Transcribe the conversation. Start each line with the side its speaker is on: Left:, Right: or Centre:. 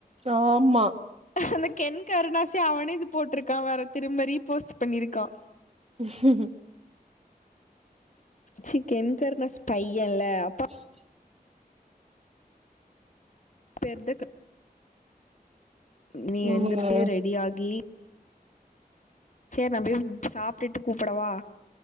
Right: ஆமா
Left: அந்த கென் கருணாஸே அவனே இது போட்ருக்கா வேற திரும்ப ரீபோஸ்ட்டு பண்ணிருக்கா
Right: உ <inaudible>
Left: சி கென் கருணாஸ் பையன்ல அப்பா
Right: ம் <inaudible>
Left: பேர் தா நீ
Right: ம்
Left: எந்திர்ச்சு ரெடி ஆகி சேர் நா போய் சாப்ட்டுட்டு கூப்படவா